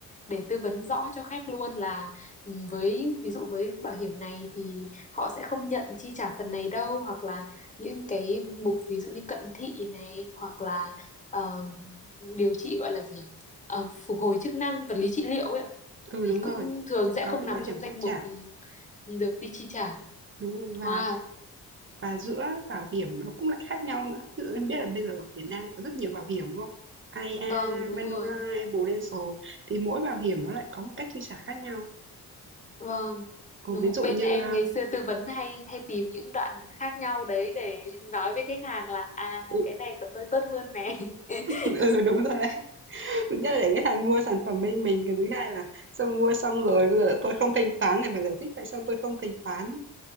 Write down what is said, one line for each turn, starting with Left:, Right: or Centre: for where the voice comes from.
Left: để tư vấn rõ cho khách luôn là ừm, với ví dụ với bảo hiểm này thì họ sẽ không nhận chi trả phần này đâu hoặc là những cái mục ví dụ như cận thị này hoặc là ờ, điều trị gọi là gì nhỉ? Ờ, phục hồi chức năng vật lý trị liệu ấy ạ,
Right: Ừ
Left: thì
Right: đúng
Left: cũng
Right: rồi,
Left: thường
Right: sẽ
Left: sẽ
Right: có
Left: không
Right: những
Left: nằm
Right: bảo
Left: trong
Right: hiểm
Left: danh
Right: không trả.
Left: mục ừm, được đi chi trả.
Right: Đúng rồi, và
Left: Wow,
Right: và giữa bảo hiểm nó cũng lại khác nhau nữa. Ví dụ em biết là bây giờ ở Việt Nam có rất nhiều bảo hiểm đúng không? i a
Left: vâng, đúng
Right: Manulife,
Left: rồi.
Right: Prudential thì mỗi bảo hiểm nó lại có một cách chi trả khác nhau.
Left: Vâng,
Right: Ừ,
Left: đúng
Right: ví dụ
Left: bên
Right: như
Left: em ngày xưa tư vấn hay hay tìm những đoạn khác nhau đấy để nói với khách hàng là à
Right: ừ,
Left: cái này của tôi tốt hơn này. <laughs>
Right: <laughs> ừ, đúng rồi đấy thứ nhất là để khách hàng mua sản phẩm bên mình cái thứ hai là xong mua xong rồi bây giờ tôi không thanh toán thì phải giải thích tại sao tôi không thanh toán